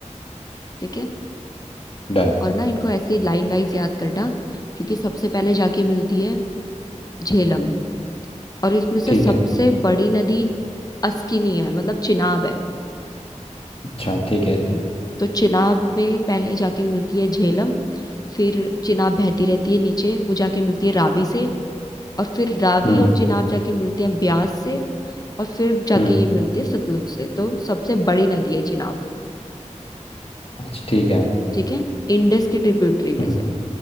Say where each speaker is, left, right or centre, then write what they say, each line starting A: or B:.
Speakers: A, on the left; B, on the left.
A: ठीक है
B: डन
A: और ना इनको ऐसे लाइन वाइज याद करना क्योंकि सबसे पहले जाके मिलती है झेलम और इसमें से
B: ठीक
A: सबसे
B: है
A: बड़ी नदी अस्किनी है मतलब चिनाब है
B: अच्छा ठीक है
A: हम्म, तो चिनाब में पहले जाके मिलती है झेलम फिर चिनाब बहती रहती है नीचे वो जाके मिलती है रावी से और फिर रावी
B: हम्म
A: और चिनाब जाके मिलते हैं ब्यास से और फिर जाके
B: हम्म
A: ये मिलते हैं सतलुज से तो सबसे बड़ी नदी है चिनाब
B: अच्छा ठीक है मैम
A: ठीक है इंडस की ट्रिब्यूटरी में
B: हम्म
A: से